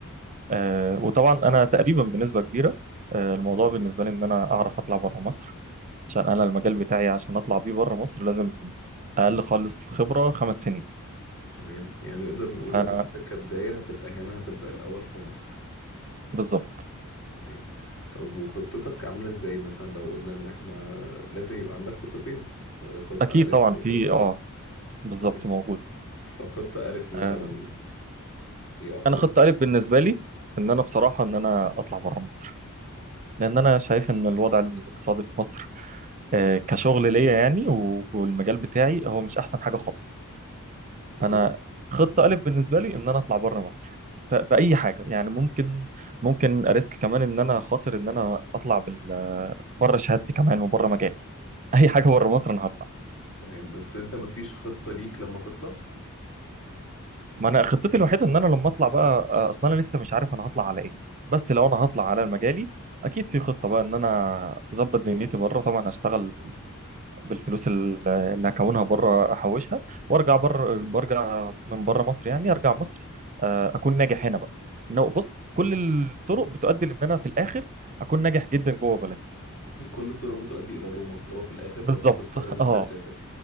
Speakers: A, on the right; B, on the left.
A: آه وطبعا انا تقريبا بنسبه كبيره آه الموضوع بالنسبه لي ان انا اعرف اطلع بره مصر عشان انا المجال بتاعي عشان اطلع بيه بره مصر لازم اقل خالص خبره خمس سنين
B: تمام يعني نقدر نقول
A: فانا
B: ان انت كبداية هتبقى هنا هتبدأ الأول في مصر
A: بالظبط
B: تمام طب وخطتك عاملة ازاي مثلا لو قلنا ان احنا لازم يبقى عندك خطتين آه، خطة
A: اكيد
B: ألف
A: طبعا
B: وخطة
A: في اه
B: ب
A: بالظبط
B: تمام
A: موجود
B: فخطة ألف مثلا
A: آه
B: ايه أخبارها
A: انا خطه الف بالنسبه لي ان انا بصراحه ان انا اطلع بره مصر لان انا شايف ان الوضع الاقتصادي في مصر آه، كشغل ليا يعني و- والمجال بتاعي هو مش احسن حاجه خالص
B: تمام
A: فانا خطه الف بالنسبه لي ان انا اطلع بره مصر ف- باي حاجه يعني ممكن ممكن اريسك كمان ان انا خاطر ان انا اطلع بال بره شهادتي كمان وبره مجالي <laughs> اي حاجه بره مصر انا هطلع
B: تمام بس انت مفيش خطة ليك لما تطلع
A: ما انا خطتي الوحيده ان انا لما اطلع بقى آه، اصل انا لسه مش عارف انا هطلع على ايه بس لو انا هطلع على مجالي اكيد في خطه بقى ان انا اظبط دنيتي بره طبعا هشتغل بالفلوس ال- اللي هكونها بره احوشها وارجع بره برجع من بره مصر يعني ارجع مصر آه، اكون ناجح هنا بقى إنه بص كل الطرق بتؤدي لان انا في الاخر اكون ناجح جدا جوه بلدي
B: <laughs> كل الطرق بتؤدي إلى روما اللي هو في الآخر برضه
A: بالظبط
B: هتضطر
A: <laughs>
B: ان انت
A: اه
B: تسافر